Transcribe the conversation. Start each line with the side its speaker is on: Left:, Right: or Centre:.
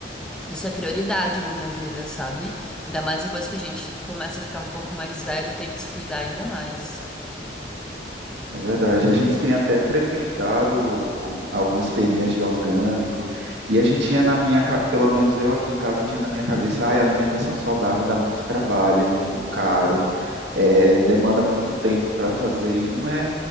Centre: isso é prioridade na minha vida, sabe? Ainda mais depois que a gente começa a ficar um pouco mais velho, tem que se cuidar ainda mais.
Right: É verdade. A gente tem até frequentado algumas feirinhas de orgânico e a gente tinha na minha, ca- pelo menos eu aqui em casa tinha na minha cabeça, ah, alimentação saudável dá muito trabalho, é muito caro, é, demanda muito tempo para fazer e não é.